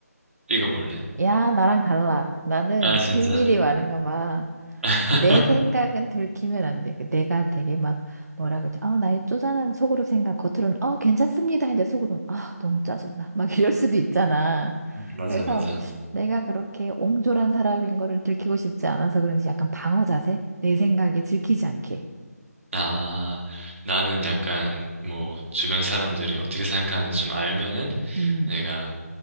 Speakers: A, on the right; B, on the right.
A: 읽어볼래.
B: 야, 나랑 달라. 나는
A: 아, 진짜?
B: 비밀이 많은가 봐.
A: <laughs>
B: 내 생각은 들키면 안 돼. 그 내가 되게 막 뭐라 그러지? 아, 나의 쪼잔한 속으로 생각, 겉으로는 어, 괜찮습니다. 했는데 속으로는 아, 너무 짜증나. <laughs> 막 이럴 수도 있잖아.
A: 맞아,
B: 그래서
A: 맞아.
B: 내가 그렇게 옹졸한 사람인 거를 들키고 싶지 않아서 그런지 약간 방어 자세? 내 생각이 들키지 않게.
A: 아, 나는 약간 뭐 주변 사람들이 어떻게 생각하는지 좀 알면은
B: 음.
A: 내가